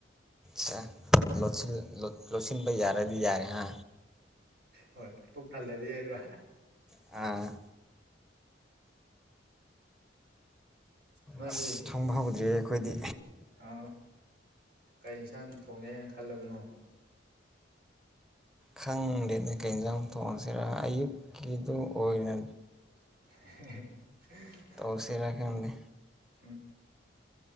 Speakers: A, in the centre; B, on the right.
A: ꯁꯥ ꯂꯣꯁꯤꯟ ꯂꯣꯠꯁꯤꯟꯕ ꯌꯥꯔꯦꯗꯤ ꯌꯥꯔꯦ ꯍꯥ
B: ꯍꯣꯏ ꯄꯨꯛ ꯊꯜꯂꯗꯤ ꯍꯥꯏꯗ꯭ꯔꯥ
A: ꯑꯥ
B: ꯅꯣꯏꯗꯤ
A: ꯑꯁ ꯊꯣꯡꯕ ꯍꯧꯗ꯭ꯔꯤꯌꯦ ꯑꯩꯈꯣꯏꯗꯤ
B: ꯑ ꯀꯩ ꯏꯟꯁꯥꯡ ꯊꯣꯡꯒꯦ ꯍꯥꯏꯅ ꯈꯜꯂꯕꯅꯣ
A: ꯈꯪꯗꯦꯅꯦ ꯀꯩ ꯏꯟꯖꯥꯡ ꯊꯣꯡꯁꯤꯔ ꯑꯌꯨꯛꯀꯤꯗꯨ ꯑꯣꯏꯅ
B: <unintelligible>
A: ꯇꯧꯁꯤꯔ ꯈꯪꯗꯦ
B: ꯎꯝ